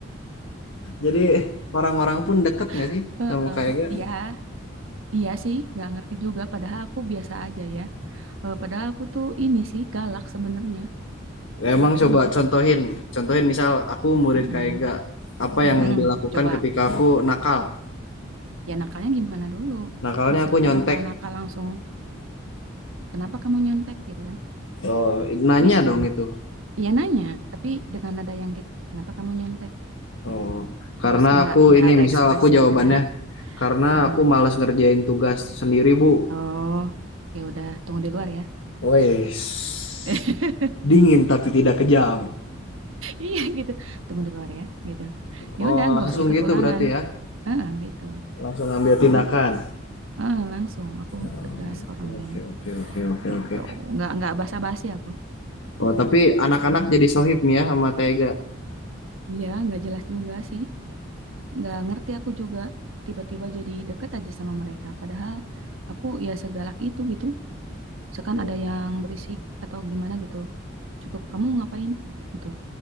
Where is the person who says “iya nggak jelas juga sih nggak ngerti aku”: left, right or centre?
Right